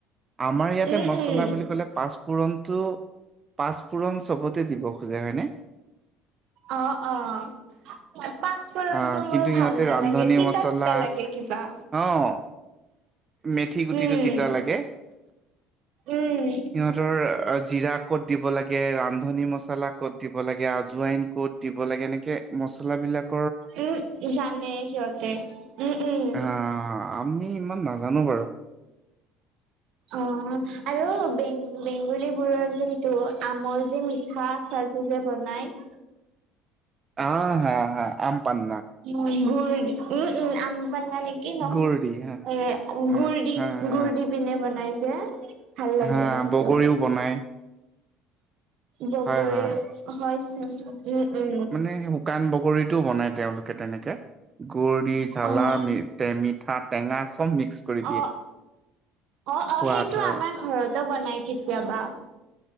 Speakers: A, on the right; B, on the right.
A: আমাৰ ইয়াতে
B: উম
A: মচলা
B: উম
A: বুলি কলে পাঁচফোৰণটো। পাঁচফোৰণ চবতে দিব খোজে হয়নে
B: অ', অ'।
A: <inaudible>
B: পাঁচফোৰণটো
A: অ' কিন্তু
B: মোৰ ভাল
A: সিহঁতে
B: নালাগে
A: ৰান্ধনী
B: তিতা
A: মছলা
B: তিতা লাগে কিবা।
A: অ' মেথি গুটিটো
B: উম,
A: তিতা লাগে।
B: উম।
A: সিহঁতৰ জিৰা ক'ত দিব লাগে ৰান্ধনী মছলাক ক'ত দিব লাগে আজ আইন ক'ত দিব লাগে এনেকে মচলা বিলাক।
B: উম, জানে সিহঁতে উম, উম।
A: অ', আমি ইমান নাজানো বাৰু।
B: অ', আৰু বেং বেংগুলী বোৰৰ যিটো আমৰ যি মিঠা। আচাৰ টোযে বনাই।
A: অ', হা, হা আম পান।
B: উ গুড উ উম আম পান্না কি নহও
A: গুৰ দি হা
B: এ
A: হা
B: গুুৰ দি
A: হা হা
B: গুুৰ দি পিনে বনাই যে। ভাল লাগে
A: হা
B: সেইটো।
A: বগৰীও বনাই।
B: বগৰী
A: হয় হয়।
B: হৈছে উম, উম।
A: মানে শুকান বগৰীতটোও বনাই তেওঁলোকে তেনেকে গুৰ দি জালা
B: উম
A: মিঠাই। মিঠা টেঙা চব মিক্স কৰি
B: অ অ
A: দিয়ে।
B: অ',
A: সোৱাদ
B: অ'সেইটো
A: হয়।
B: আমাৰ ঘৰতো বনাই কেতিয়াবা।